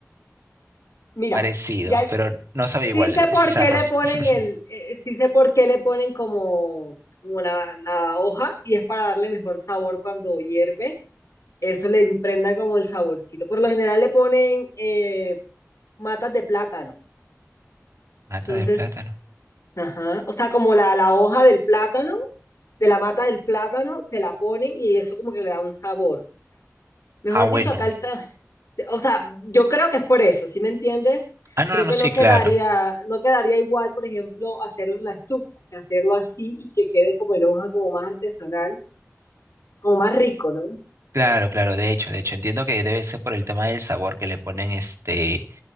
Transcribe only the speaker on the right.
parecido,
pero no sabe igual,
ese
es
arroz.
<laughs>
Mata
de plátano.
Ah, bueno.
Ah, no,
no, no,
sí,
claro.
Claro, claro, de hecho, de hecho, entiendo que debe ser por el tema del sabor que le ponen este